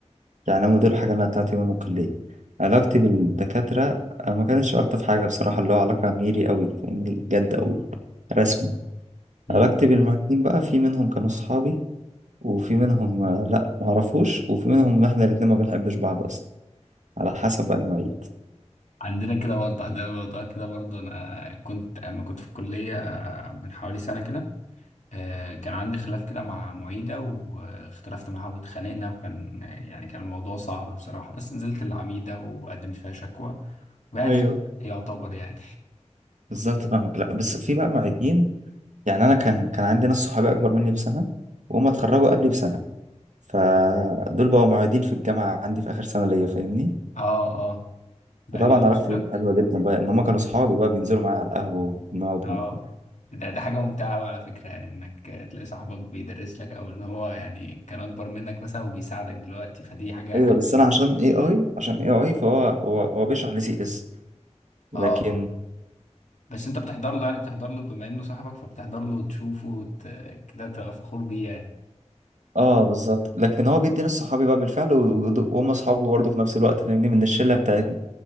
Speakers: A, on the right (about 90°); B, on the left (about 80°).
A: يعني هم دول الحاجة اللي أنا بتاعتي يوم الكلية علاقتي بالدكاترة آه، ما كانتش ألطف حاجة بصراحة اللي هو علاقة ميري قوي فاهمني جد قوي رسمي
B: مم.
A: علاقتي بالمعيدين بقى في منهم كانوا صحابي وفي منهم آه، لأ معرفوش وفي منهم إحنا الاتنين ما بنحبش بعض أصلا على حسب بقى المعيد
B: عندنا كده برضه عندنا الموضوع كده برضه انا كنت اما كنت في الكليه من حوالي سنه كده آه، كان عندي خلاف كده مع معيدة واختلفت معاها واتخانقنا وكان يعني كان الموضوع صعب بصراحة بس نزلت العميدة وقدمت فيها شكوى ويعني
A: ايوه
B: يعتبر يعني
A: بالظبط فاهمك لأ بس في بقى معيدين يعني أنا كان كان عندي ناس صحابي أكبر مني بسنة وهم اتخرجوا قبلي بسنة فدول بقوا معيدين في الجامعة عندي في آخر سنة ليا فاهمني
B: اه اه بقى
A: فطبعا
B: بيدرس
A: علاقتي
B: لك
A: بيهم حلوه جدا بقى ان هم كانوا صحابي بقى بينزلوا معايا على القهوه وبنقعد
B: اه
A: ونخرج
B: ده ده حاجة ممتعة أوي على فكرة يعني انك تلاقي صاحبك بيدرس لك او ان هو يعني كان اكبر منك مثلا وبيساعدك دلوقتي فدي حاجة
A: ايوه
B: حاجة
A: بس انا
B: جميلة
A: عشان اي اي عشان اي اي فهو هو هو بيشرح لي سي اس لكن
B: اه بس انت بتحضر له يعني بتحضر له بما انه صاحبك فبتحضر له وتشوفه وت- كده تبقى فخور بيه يعني
A: اه بالظبط لكن هو بيدي ناس صحابي بقى بالفعل و- ود- وهم صحابه برضه في نفس الوقت فاهمني من الشله بتاعتنا